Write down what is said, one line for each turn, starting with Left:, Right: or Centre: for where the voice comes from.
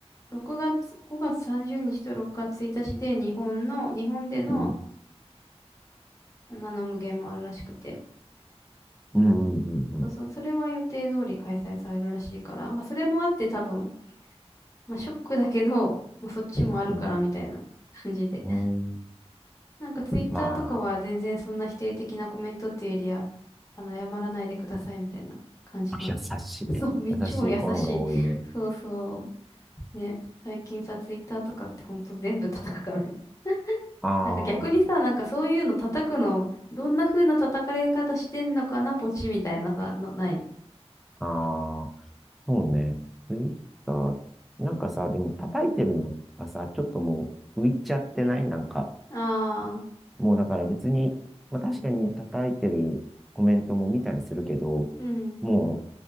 Left: 6月、5月30日と6月1日で日本の、日本での
Centre: うん、
Left: ナノ無限もあるらしくて。
Centre: うん、うん、うん、
Left: そうそう、それは予定通り開催されるらしいから、まあそれもあって多分、まあショックだけど、まあそっちもあるからみたいな感じで。
Centre: うん、うんうん
Left: <laughs> なんかツイッターとかは全然そんな否定的なコメントっていうよりは、
Centre: まあ、
Left: あの、謝らないでくださいみたいな感じの。
Centre: 優しい、
Left: <laughs> そう、
Centre: 優しいファンが多いね。
Left: み超優しい。<laughs> そうそう。ね。最近さ、ツイッターとかってほんと全部叩くからね。<laughs>
Centre: あ
Left: なんか逆にさ、なんかそういうの叩くの、どんな風な叩かれ方してんのかな、ポチみたいなさ、の、ない。
Centre: あ、ああ、そうね。ツイッター、なんかさ、でも叩いてるのがさ、ちょっともう浮いちゃってないなんか、
Left: ああ、
Centre: もうだから別に、まあ確かに叩いてるコメントも見たりするけど、
Left: うん
Centre: も